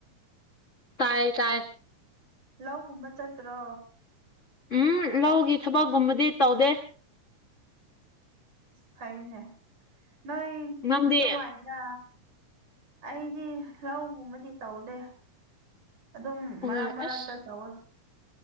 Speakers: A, on the left; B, on the right.
A: ꯇꯥꯏ ꯇꯥꯏ
B: ꯂꯧꯒꯨꯝꯕ ꯆꯠꯇ꯭ꯔꯣ
A: ꯎꯝ ꯂꯧꯒꯤ ꯊꯕꯛꯀꯨꯝꯕꯗꯤ ꯇꯧꯗꯦ
B: ꯐꯩꯅꯦ ꯅꯣꯏ
A: ꯅꯪꯗꯤ
B: ꯋꯥꯏꯗ ꯑꯩꯗꯤ ꯂꯧꯒꯨꯝꯕꯗꯤ ꯇꯧꯗꯦ ꯑꯗꯨꯝ
A: ꯍꯣꯏ
B: ꯃꯔꯛ ꯃꯔꯛꯇ
A: ꯑꯁ
B: ꯇꯧꯔ